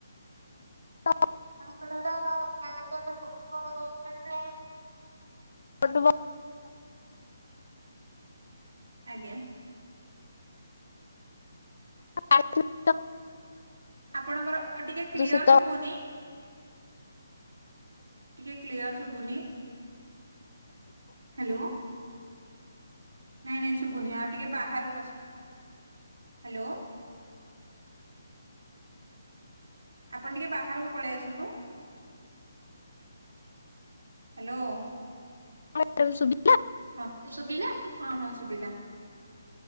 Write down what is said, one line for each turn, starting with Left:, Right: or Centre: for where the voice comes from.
Left: ତ
Right: ଆପଣ ପା ଲୋକଇ <inaudible>
Left: ଫଟବଲ
Right: ଆଜ୍ଞା
Left: ଆ <inaudible>
Right: ଆପଣଙ୍କର ଟିକେ କ୍ଲିଅର
Left: ଦୂଷିତ
Right: ଶୁଭୁନି। ଟିକେ କ୍ଲିଅର ଶୁବୁନି ହ୍ୟାଲୋ ନାଇଁ ନାଇଁ ଶୁଭୁନି ଆଉ ଟିକେ ବାହାରକୁ ଆସ। ହ୍ୟାଲୋ ଆପଣ ଟିକେ ବାହାରକୁ ପଳେଇ ଆସନ୍ତୁ। ହ୍ୟାଲୋ
Left: ହ ସୁ <inaudible>
Right: ହଁ ଶୁଭିଲା ହଁ ହଁ ଶୁଭିଲା।